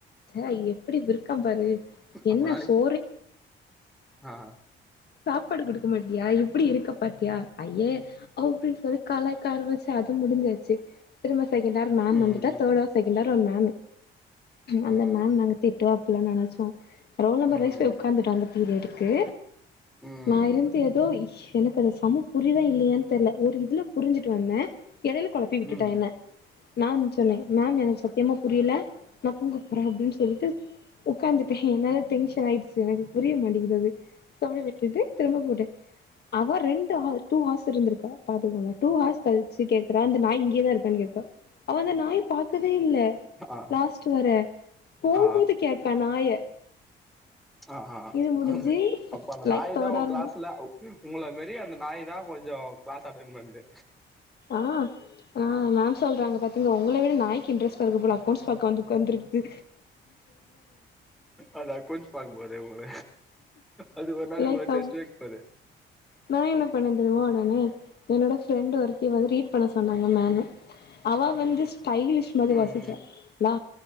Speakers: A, on the left; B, in the centre.
A: அ எப்டி விற்கா பாரு என்ன
B: அப்பனாலே
A: சோ
B: ஆ
A: சாப்பாடு குடுக்க மாட்டியா இப்டி இருக்க பாத்தியா ஐயே அப்டினு சொல்லி கலாய்க ஆரம்பிச்சா அது முடிஞ்சா திரும்ப செகண்டார் மேம்
B: ம்
A: வந்துட்டா தேர்டு அர் செகண்ட அர் ஒரு மேமு அந்த
B: ம்
A: மேம் மேங்க திட்வாப் புல்ல நெனச்சோ ரோல் நம்பர்
B: ம்
A: வைஸ் பே உக்காந்துட்டோ அந்த பீரியடுக்கு
B: ம்
A: நா இருந்து எதோ எனக்கு அத சம்மு புரியிதா இல்லியான் தெர்ல ஒரு இத் துல புரிஞ்சிட் வந்தே எடைல பி விட்டுட்டா
B: ம்
A: என்ன நான் சொன்னே மேம் எனக் சத்யமா புரிய்ல நா தூங்கு பொற அப்டின் சொல்லிட்டு உக்காந்துட்டே என்னால டெங்ஷென் ஆயிட்சு எனகு புரியு மாட்டேங்கிது அது சவுழி விட்டுட்டு திரும்ப போட்டே அவ ரெண்டு ஹார் டூ ஹாஸ் இருந்திருக்கா பாத்துகோங்க டூ ஹாஸ் கல்ச்சு கேக்றா இந்த நாய் இங்கேதா இருப்பன் கேக்வா அவ அந்த நாய பாக்கவே இல் ல
B: ஆ
A: லாஸ்ட் வர போவும்போது
B: ஆ
A: கேக்கா நாய
B: ஆ ஹா
A: இது முடிஞ்சு
B: ஆ அப்ப அத நாயி
A: லைக் தேர்ட்
B: தா ஒ
A: ஆர்
B: க்ளாஸ்ல உங்குள மேரி அந்த நாய் தா கொஞ்சொ க்ளாஸ் அட்டென் பண்து
A: ஆ ஆ மேம் சொல்றாங்க பாத்தீங்க ஒங்ள விட நாய்க் இன்ரெஸ்டாருக்கு போல அக்கோண்ஸ் பாக்க வந்து உக்காந்ருக்து
B: அது அக்கோண்ஸ் பாக்க போதே உங்ள அது ஒரு நாள்
A: லைக்
B: உங்ள
A: அவ்
B: டெஸ்ட் வெக் போது
A: நா என்ன பண்ணேன் தெரிமாஒடனே என்னோட ஃப்ரெண்ட் ஒருத்திய வந்து ரீட் பண்ண சொன்னாங்க மேமு அவா வந்து ஸ்டைலிஷ் மதி
B: ம்
A: வாசிச்சா லா